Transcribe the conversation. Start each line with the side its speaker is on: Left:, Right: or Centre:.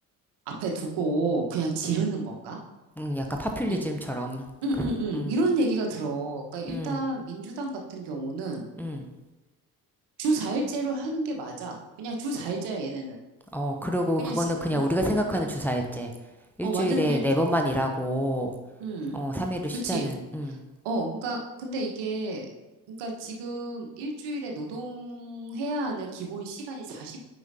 Right: 앞에 두고 그냥 지르는 건가?
Centre: 음, 약간 파퓰리즘처럼.
Right: 이, 응, 응, 응.
Centre: 음,
Right: 이런 얘기가 들어. 그러니까 일단
Centre: 음,
Right: 민주당 같은 경우는
Centre: 음.
Right: 주 4일제로 하는 게 맞아. 그냥 주 4일제야 얘네는.
Centre: 어, 그리고
Right: 그냥
Centre: 그거는
Right: 지,
Centre: 그냥
Right: 어,
Centre: 우리가 생각하는 주사일제. 일주일에
Right: 어, 완전 그냥
Centre: 네
Right: 주-
Centre: 번만 일하고,
Right: 음,
Centre: 어, 3일을
Right: 그치.
Centre: 쉬자는, 음,
Right: 어, 그러니까 근데 이게 그러니까 지금 일주일에 노동해야 하는 기본 시간이 40